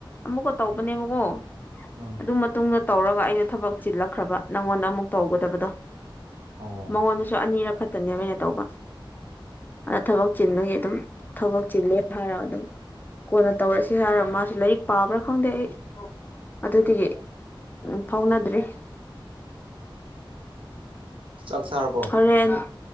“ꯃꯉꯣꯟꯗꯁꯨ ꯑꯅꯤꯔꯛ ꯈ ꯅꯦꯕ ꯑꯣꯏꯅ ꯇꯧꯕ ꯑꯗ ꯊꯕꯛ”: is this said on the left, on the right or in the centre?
Left